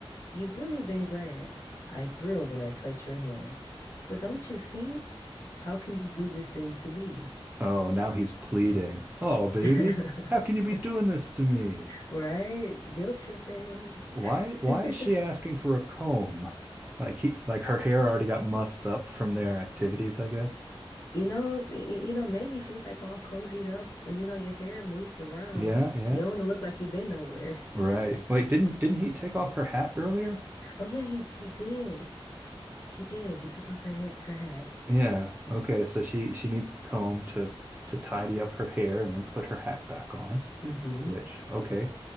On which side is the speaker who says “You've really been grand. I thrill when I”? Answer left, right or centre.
Left